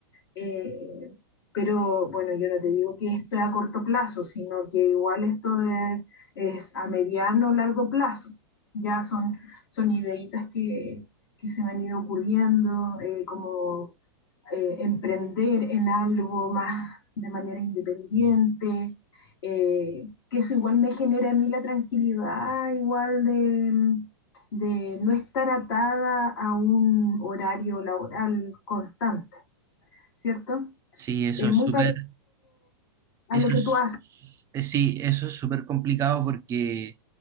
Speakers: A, on the left; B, on the right.
A: eh, pero bueno, yo no te digo que esto es a corto plazo, sino que igual esto es, es a mediano o largo plazo. Ya son, son ideitas que, que se me han ido ocurriendo, eh, como eh, emprender en algo más de manera independiente, eh, que eso igual me genera a mí la tranquilidad, igual de, de no estar atada a un horario laboral constante, ¿cierto?
B: Sí, eso
A: Es
B: es
A: muy
B: súper,
A: parecido a
B: eso
A: lo que
B: es,
A: tú haces.
B: eh, sí, eso es súper complicado porque